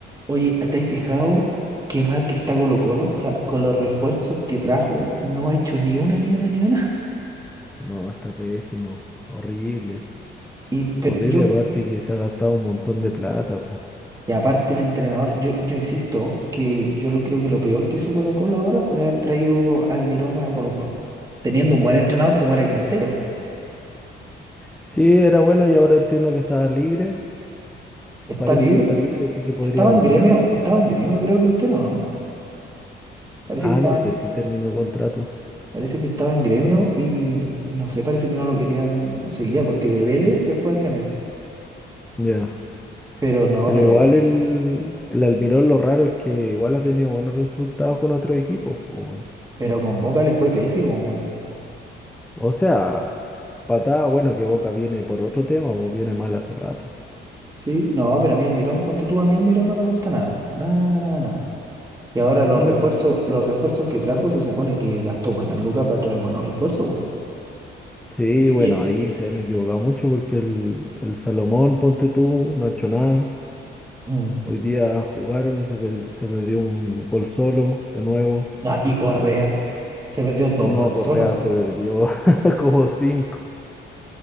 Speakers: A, on the right (about 20°); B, in the centre.
A: Oye, ¿estáis fijado qué mal que está Colo Colo? O sea, con los refuerzos que trajo, no ha hecho ni una, ni una, ni una. <laughs>
B: No, está pésimo. Horrible.
A: Y, pero
B: Horrible
A: yo, Sí.
B: aparte que se ha gastado un montón de plata, po.
A: y aparte el entrenador, yo, yo insisto que yo lo creo que lo peor que hizo Colo Colo ahora fue haber traído al Mirón a Colo Colo. Teniendo un buen entrenador como era Quintero.
B: Sí, era bueno y ahora entiendo que estaba libre.
A: Está
B: Parece
A: libre.
B: que está libre, así que podría
A: Estaba
B: volver.
A: en gremio, estaba en gremio, creo Quintero, ¿no? Parece
B: Ah,
A: que estaba
B: no sé
A: en,
B: si terminó contrato.
A: parece que estaba en gremio y, y no sé, parece que no lo querían, no seguía, porque de Vélez se fue a gremio.
B: Ya.
A: Pero no,
B: Pero
A: pero
B: igual el, el Almirón lo raro es que igual ha tenido buenos resultados con otros equipos, po, weón.
A: Pero con Boca le fue pésimo, weón.
B: O sea, patada, bueno, que Boca viene por otro tema, pues viene mal hace rato.
A: Sí, no, pero a mí el Mirón, ponte tú, a mí el Mirón no me gusta nada. Nada, nada, nada, nada. Y ahora los
B: Mm,
A: refuerzos, los refuerzos que trajo se supone que gastó buenas lucas para traer buenos refuerzos, weón.
B: Sí, bueno,
A: Y,
B: ahí se han equivocado mucho porque el, el Salomón, ponte tú, no ha hecho nada.
A: mm,
B: Hoy día jugaron y se, per- se perdió un gol solo, de nuevo.
A: no, y Correa se perdió dos
B: No,
A: goles
B: Correa
A: solos,
B: se perdió <laughs> como cinco.